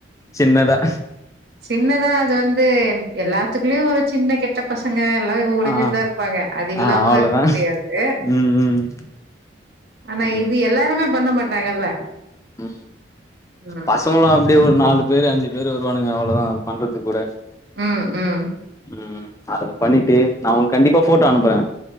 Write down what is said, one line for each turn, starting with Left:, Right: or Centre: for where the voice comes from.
Left: சின்னதா
Right: சின்னதா அது வந்து எல்லாத்துக்குள்ளயு ஒரு சின்ன கெட்ட பசங்க எல்லா ஒழிஞ்சிட்டு
Left: ஆ
Right: தா இருப்பாங்க அது இல்லாமல்லா
Left: ஆ அவ்ளோதான்
Right: இருக்க முடியாது
Left: ம் ம்
Right: ஆனா
Left: ம்
Right: இது எல்லாருமே பண்ண மாட்டாங்கல்ல
Left: ம்
Right: ம்
Left: பசங்களு அப்டியே ஒரு நாலு பேரு அஞ்சு பேரு வருவானுங்க அவ்ளோதா பண்றத் கூட
Right: ம் ம்
Left: ம் அத பண்ணிட்டு நா உங்ளுக்கு கண்டிப்பா ஃபோட்டோ அனுப்புறே